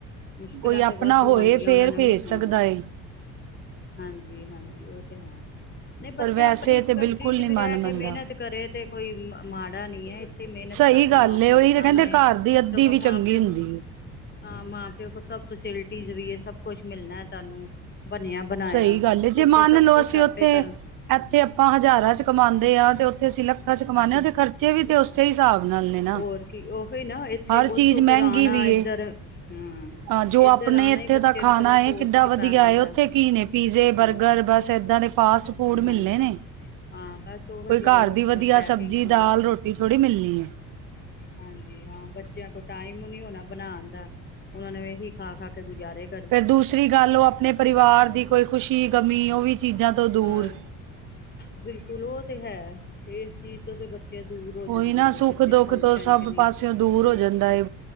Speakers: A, on the left; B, on the right.
A: ਮੁਸ਼ਕਿਲਾਂ
B: ਕੋਈ
A: ਤੇ
B: ਆਪਣਾ
A: ਵਾਧੂ
B: ਹੋਏ
A: ਆਂਦੀਆਂ
B: ਫੇਰ
A: ਉਹਨਾਂ ਨੂੰ
B: ਭੇਜ
A: ਵੀ,
B: ਸਕਦਾ
A: ਹਾਂ।
B: ਏ
A: ਹਾਂਜੀ-ਹਾਂਜੀ, ਉਹ ਤੇ ਹੈ। ਨਹੀਂ
B: ਪਰ
A: ਬੱਚਾ
B: ਵੈਸੇ
A: ਆਪਣੀ
B: ਤੇ, ਬਿਲਕੁਲ
A: ਕੰਟਰੀ ਚ
B: ਨਹੀਂ
A: ਵੀ
B: ਮਨ
A: ਰਹਿ ਕੇ
B: ਮੰਨਦਾ।
A: ਮਿਹਨਤ ਕਰੇ ਤੇ ਕੋਈ ਮਾੜ ਪਤਾ ਨੀ ਹੈ, ਇੱਥੇ ਮਿਹਨਤ
B: ਸਹੀ
A: ਕਰਦੇ
B: ਗੱਲ
A: ਮਾਂ-ਪਿਓ
B: ਏ ਉਹੀ
A: ਦੇ ਸਾਹਮਣੇ,
B: ਤੇ ਕਹਿੰਦੇ ਘਰ ਦੀ ਅੱਧੀ
A: ਸਗੋਂ
B: ਵੀ
A: ਮਾਂ-ਪਿਓ
B: ਚੰਗੀ ਹੁੰਦੀ ਏ
A: ਹਾਂ, ਮਾਂ-ਪਿਓ ਕੋਲ ਸਭ ਫਸਿਲਿਟੀਜ ਵੀ ਏ, ਸਭ ਕੁਛ ਮਿਲਣਾ ਤੁਹਾਨੂੰ ਬਣਿਆ ਬਣਾਇਆ
B: ਸਹੀ ਗੱਲ ਐ ਜੇ
A: ਉੱਥੇ
B: ਮੰਨ
A: ਸਭ
B: ਲਓ
A: ਕੁਛ
B: ਅਸੀਂ
A: ਆਪੇ
B: ਉੱਥੇ
A: ਕਰਨ
B: ਇੱਥੇ ਆਪਾਂ ਹਜ਼ਾਰਾਂ ਚ ਕਮਉਂਦੇ ਹਾਂ ਤੇ ਉੱਥੇ ਅਸੀਂ ਲੱਖਾਂ ਚ ਕਮਾਨੇ
A: ਹਾਂਜੀ
B: ਆ ਉਥੇ ਖਰਚੇ ਵੀ ਤੇ ਉਸ ਸਹੀ ਹਿਸਾਬ ਨਾਲ ਨੇ ਨਾ,
A: ਹੋਰ ਕੀ ਉਹੀ ਨਾ ਇੱਥੇ
B: ਹਰ
A: ਉੱਥੋਂ
B: ਚੀਜ਼
A: ਫਿਰ
B: ਮਹਿੰਗੀ
A: ਆਣਾ
B: ਵੀ
A: ਇੱਧਰ
B: ਐ
A: ਹੂੰ
B: ਹਾਂ ਜੋ
A: ਇੱਧਰ
B: ਆਪਣੇ
A: ਆਣਾ
B: ਇੱਥੇ
A: ਹੀ ਬੱਚੇ
B: ਦਾ ਖਾਣਾ
A: ਨੂੰ ਪਹਿਲਾਂ ਸੋਚ
B: ਕਿੱਡਾ
A: ਚ
B: ਵਧੀਆ
A: ਪੈ ਦਿੰਦਾ
B: ਉੱਥੇ, ਕੀ ਨੇ ਪੀਜ਼ੇ
A: ਹੂੰ
B: ਬਰਗਰ ਬਸ ਏਦਾਂ ਦੇ ਫਾਸਟ ਫੂਡ ਮਿਲਣੇ
A: ਹਾਂਜੀ
B: ਨੇ,
A: ਹਾਂ <unintelligible>
B: ਕੋਈ ਘਰ
A: ਉਹ
B: ਦੀ ਵਧੀਆ
A: ਪੈਕਿੰਗ
B: ਸਬਜ਼ੀ
A: ਫੂਡ
B: ਦਾਲ ਰੋਟੀ ਥੋੜ੍ਹੀ ਮਿਲਣੀ ਐ।
A: ਹਾਂਜੀ ਹਾਂ ਬੱਚਿਆਂ ਕੋਲ ਟਾਈਮ ਨੀ ਹੋਣਾ ਬਣਾਉ ਦਾ ਉਹਨਾਂ ਨੇ ਇਹੀ ਖਾ ਖਾ ਕੇ ਗੁਜਾਰੇ,
B: ਫੇਰ ਦੂਸਰੀ ਗੱਲ ਉਹ, ਆਪਣੇ ਪਰਿਵਾਰ ਦੀ ਕੋਈ ਖੁਸ਼ੀ ਗਮੀ ਉਹ ਵੀ ਚੀਜ਼ਾਂ ਤੋਂ ਦੂਰ
A: ਹਹ ਬਿਲਕੁਲ ਉਹ ਤੇ ਹੈ ਇਸ ਚੀਜ਼ ਤੋਂ ਤੇ ਬੱਚੇ ਦੂਰ, ਹੋ ਜਾਂਦੇ
B: ਉਹੀ ਨਾ
A: ਆ ਵੀ
B: ਸੁੱਖ
A: ਕਿਸੇ
B: ਦੁੱਖ
A: ਫੰਕਸ਼ਨ
B: ਤੋਂ ਸਭ
A: ਚ ਨੀ
B: ਪਾਸਿਓਂ ਦੂਰ
A: ਹਾਂਜੀ
B: ਹੋ ਜਾਂਦਾ ਐ।